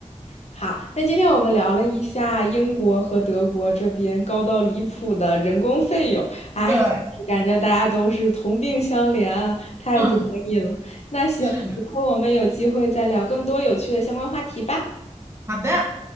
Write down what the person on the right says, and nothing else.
对，
嗯，
是的，
好的。